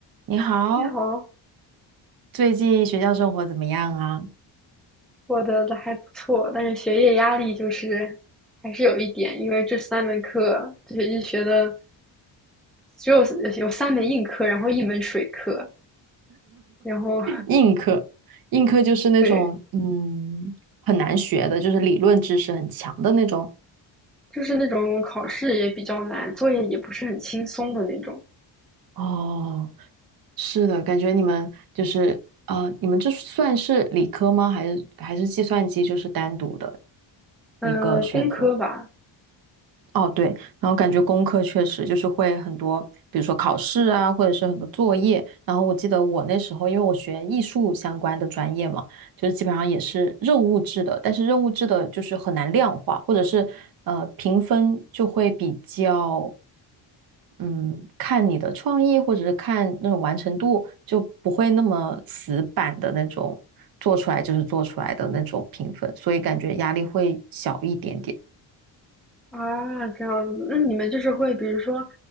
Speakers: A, on the right; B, in the centre.
A: 你好，
B: 你好，
A: 最近学校生活怎么样啊？
B: 我的的还不错，但是学业压力就是还是有一点，因为这三门课这学期学的只有有三门硬课，然后一门水课，然后
A: 硬课，硬课就是那种嗯很难学的，
B: 对，
A: 就是理论知识很强的那种。
B: 就是那种考试也比较难，作业也不是很轻松的那种。
A: 哦，是的，感觉你们就是啊，你们这算是理科吗？还是还是计算机就是单独的
B: 呃，
A: 一个学科？
B: 工科吧，
A: 哦，对，然后感觉功课确实就是会很多，比如说考试啊，或者是很多作业。然后我记得我那时候，因为我学艺术相关的专业嘛，就是基本上也是任务制的，但是任务制的就是很难量化，或者是呃评分就会比较嗯看你的创意或者是看那种完成度，就不会那么死板的那种做出来就是做出来的那种评分，所以感觉压力会小一点点。
B: 啊，这样子，那你们就是会，比如说，